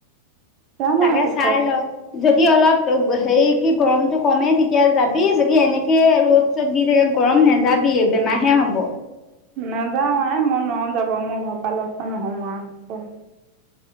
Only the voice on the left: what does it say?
তাকে
চাই লওঁ যদি অলপ হেৰি কি গৰমটো কমে তেতিয়া যাবি যদি এনেকেই ৰ'দ চত দি থাকে গৰম নেযাবি বেমাৰ হে হ'ব।